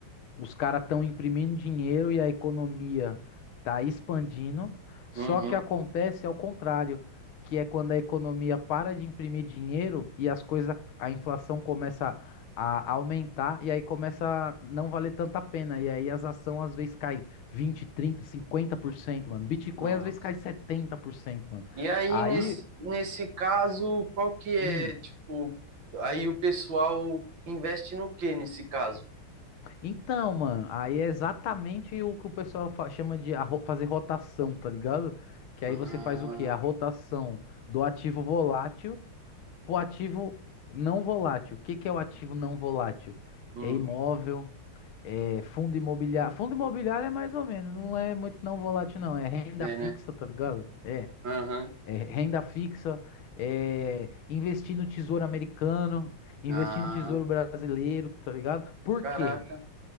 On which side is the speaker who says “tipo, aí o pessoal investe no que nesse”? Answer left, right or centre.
Right